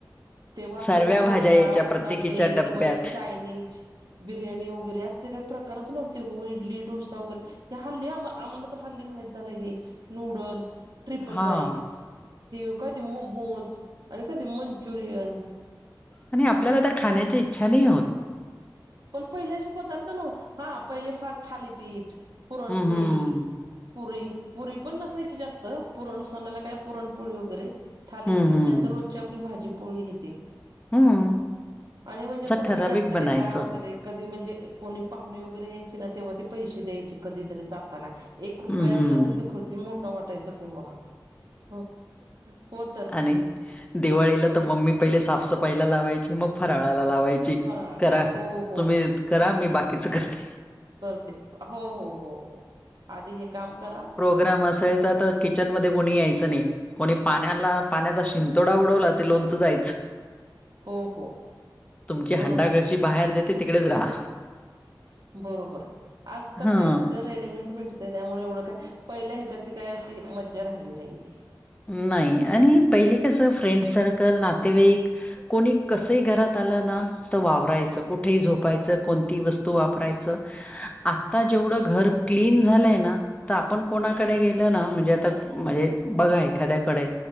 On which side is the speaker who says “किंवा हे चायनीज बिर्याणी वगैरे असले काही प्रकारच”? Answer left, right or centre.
Right